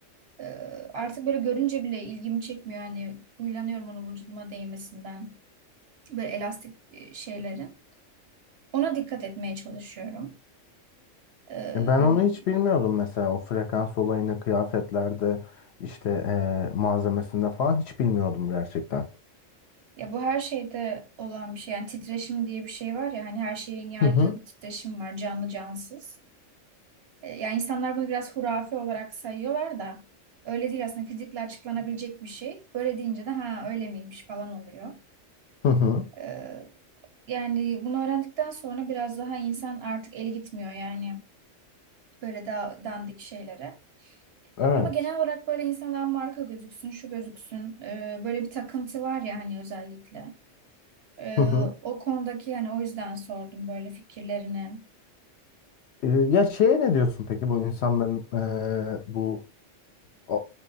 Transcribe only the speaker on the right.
E, artık böyle görünce bile ilgimi çekmiyor. Yani uylanıyorum onun vücuduma değmesinden. Böyle elastik e, şeylerin. Ona dikkat etmeye çalışıyorum. E,
ya bu her şeyde olan bir şey. Yani titreşim diye bir şey var ya hani her şeyin yaydığı
bir titreşim var canlı cansız. E, Yani insanlar bunu biraz hurafe olarak sayıyorlar da öyle değil aslında fizikle açıklanabilecek bir şey. Böyle deyince de ha öyle miymiş falan oluyor.
E, yani bunu öğrendikten sonra biraz daha insan artık eli gitmiyor yani böyle daha dandik şeylere.
Ama genel olarak böyle insandan marka gözüksün, şu gözüksün, e, böyle bir takıntı var ya hani özellikle. E,
o konudaki yani o yüzden sordum böyle fikirlerini.